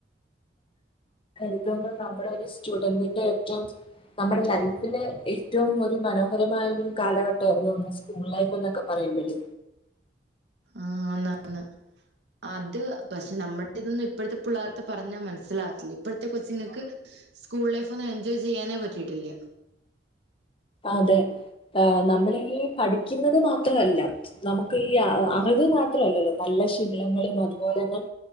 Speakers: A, on the left; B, on the right.
A: നമ്മത നമ്മുടെ ഒരു സ്റ്റുഡന്റിന്റെ ഏറ്റവും നമ്മുടെ ലൈഫിലെ ഏറ്റവും ഒരു മനോഹരമായ ഒരു കാലഘട്ടമായിരുന്നു സ്കൂൾ ലൈഫ് എന്നൊക്കെ പറയുമ്പഴേ
B: ആഹ് ന്ന ന്ന് അത് പക്ഷെ നമ്മുടെ ഇതൊന്നും ഇപ്പോഴത്തെ പിള്ളേർത്തെ പറഞ്ഞാ മനസ്സിലാവത്തില്ല ഇപ്പോഴത്തെ കൊച്ചുങ്ങൾക്ക് സ്കൂൾ ലൈഫ് ഒന്നും എൻജോയ് ചെയ്യാനേ പറ്റിയിട്ടില്ല
A: അതെ ആ നമ്മളീ പഠിക്കുന്നത് മാത്രമല്ല നമുക്ക് ഈ അറിവ് മാത്രല്ലല്ലോ നല്ല ശീലങ്ങളും അതുപോലെ തന്നെ